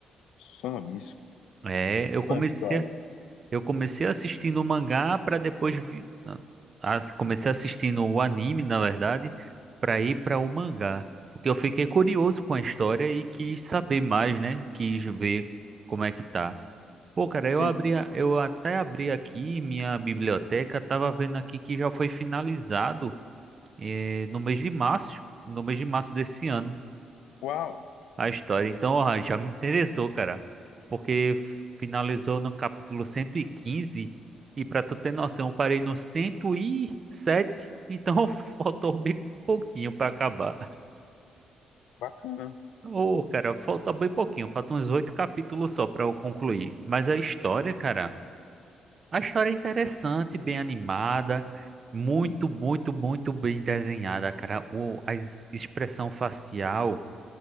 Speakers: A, on the left; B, on the right.
A: Sonobisco.
B: É, eu
A: Qual
B: comecei.
A: a história?
B: Eu comecei assistindo o mangá para depois vi- não, as- comecei assistindo o anime, na verdade, para ir para o mangá, porque eu fiquei curioso com a história e quis saber mais, né? Quis ver como é que tá. Pô, cara, eu
A: Sim.
B: abri, a- eu até abri aqui minha biblioteca, tava vendo aqui que já foi finalizado eh, no mês de março, no mês de março desse ano,
A: Uau,
B: a história. Então, ó, já me interessou, cara, porque finalizou no capítulo cento e quinze e pra tu ter noção, eu parei no cento e sete então <laughs> faltou bem pouquinho pra acabar.
A: bacana.
B: Ô, cara, falta bem pouquinho, faltam uns oito capítulos só pra eu concluir. Mas a história, cara, a história é interessante, bem animada, muito,
A: Sim.
B: muito, muito bem desenhada, cara. O, a ex- expressão facial,